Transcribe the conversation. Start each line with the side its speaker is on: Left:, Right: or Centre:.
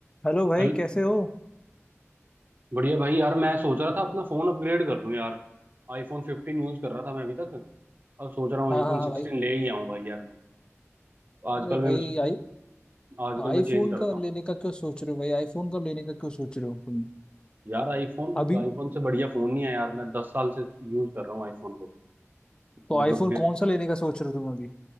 Left: Hello भाई
Right: चल
Left: कैसे हो
Right: बढ़िया भाई यार मैं सोच रहा था अपना फोन अपग्रेड कर लूं यार आईफोन फिफ्टीन यूज कर रहा था मैं अभी तक अब सोच रहा हूँ
Left: हाँ
Right: आईफोन
Left: हाँ हाँ
Right: सिक्सटीन
Left: भाई
Right: ले ही आऊं भाई यार मैं आजकल
Left: अरे
Right: मैं
Left: भाई आई
Right: आजकल
Left: आईफोन
Right: मैं चेंज करता
Left: का
Right: हूँ
Left: लेने का क्यों सोच रहे हो भाई आईफोन का लेने का क्यों सोच रहे हो तुम
Right: यार आईफोन
Left: अभी
Right: आईफोन से बढ़िया फोन नहीं है यार मैं दस साल से यूज कर रहा हूँ आईफोन को
Left: तो
Right: मतलब
Left: आईफोन
Right: मेरे
Left: कौन सा लेने का सोच रहे हो तुम अभी